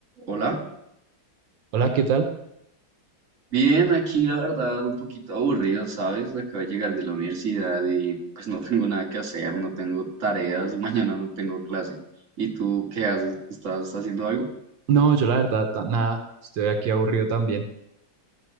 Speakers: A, on the right (about 40°); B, on the right (about 80°).
A: Hola,
B: Hola, ¿qué tal?
A: bien, aquí la verdad un poquito aburrido, ¿sabes? Acabo de llegar de la universidad y pues no tengo nada que hacer, no tengo tareas y <laughs> mañana no tengo clase. ¿Y tú qué haces? ¿Estás haciendo algo?
B: No, yo la verdad, ta- nada, estoy aquí aburrido también.